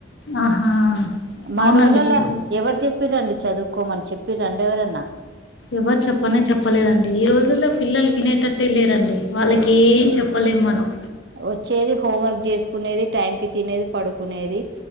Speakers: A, on the left (about 80°); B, on the right (about 60°).
A: ఆహా
B: మా
A: అవునండి
B: రోళ్లలా
A: చాలు
B: ఎవరు చెప్పిరండి చదువుకోమని చెప్పి రెండ ఎవరన్నా
A: ఎవరు చెప్పన చెప్పలేదండి ఈ రోజుల్లో పిల్లలు వినేటట్టు లేరండి వాళ్ళకి ఏం చెప్పలేము మనం
B: వచ్చేది హోం వర్క్ చేసుకునేది టైం కి తినేది పడుకునేది